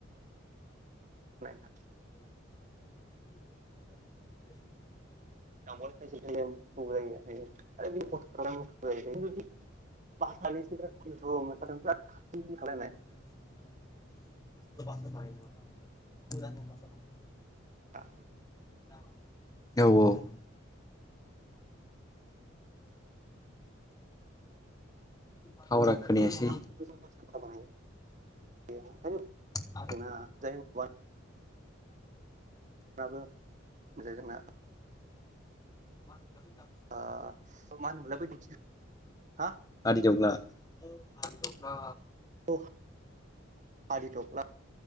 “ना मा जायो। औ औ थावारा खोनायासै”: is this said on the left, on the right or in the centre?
Left